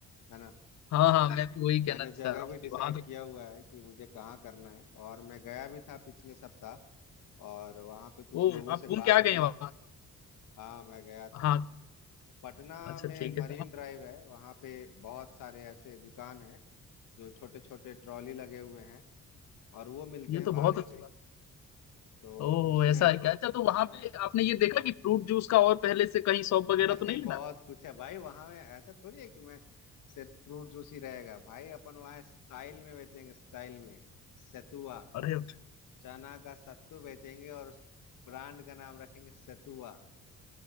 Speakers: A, on the left (about 75°); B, on the left (about 60°).
A: है ना
B: हाँ हाँ मैं भी वही कहना
A: मैंने
B: चाह
A: जगह
B: रहा
A: भी
B: हूँ
A: डिसाइड
B: कि वहां तो
A: किया हुआ है कि मुझे कहाँ करना है और मैं गया भी था पिछले सप्ताह और वहाँ पे कुछ
B: ओ
A: लोगों से
B: आप घूम
A: बात
B: के आ गए
A: किया
B: हैं वहां
A: हाँ मैं गया था
B: हाँ
A: पटना
B: अच्छा
A: में
B: ठीक
A: मरीन
B: है तो आप-
A: ड्राइव है वहाँ पे बहुत सारे ऐसे दुकान हैं जो छोटे छोटे ट्रॉली लगे हुए हैं और वो मिलते
B: ये
A: हैं
B: तो
A: भाड़े
B: बहुत अच्छी
A: पे
B: बात
A: तो
B: है ओह
A: उसमें
B: ऐसा है क्या अच्छा तो वहां
A: हाँ
B: पे आपने ये देखा कि फ्रूट जूस का और पहले से कहीं शॉप वगैरह
A: <laughs>
B: तो
A: अरे
B: नहीं
A: बहुत
B: है ना
A: कुछ है भाई वहाँ में ऐसा थोड़ी है कि मैं सिर्फ फ्रूट जूस ही रहेगा भाई अपन वहाँ स्टाइल में बेचेंगे स्टाइल में सतुआ
B: अरे <laughs>
A: चना का सत्तू बेचेंगे और उस ब्रांड का नाम रखेंगे सतुआ